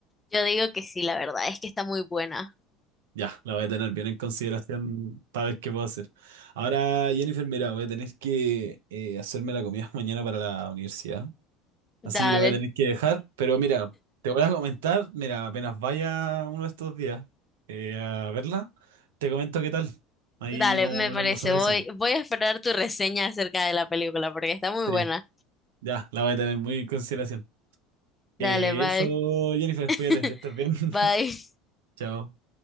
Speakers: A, on the left (about 20°); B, on the right (about 80°).
A: Yo digo que sí, la verdad, es que está muy buena.
B: Ya, la voy a tener bien en consideración para ver qué puedo hacer. Ahora, Jennifer, mira, voy a tener que eh, hacerme la comida <laughs> mañana para la universidad.
A: Dale,
B: Así que te voy a tener que dejar. Pero mira, te voy a comentar, mira, apenas vaya uno de estos días eh, a verla, te comento qué tal. Ahí
A: dale,
B: vamos
A: me
B: hablando
A: parece.
B: sobre
A: Voy,
B: eso.
A: voy a esperar tu reseña acerca de la película porque está muy
B: Sí,
A: buena.
B: ya, la voy a tener muy en consideración.
A: Dale,
B: Eh,
A: bye.
B: eso, Jennifer,
A: <laughs>
B: cuídate, que estés bien. <laughs>
A: Bye.
B: Chao.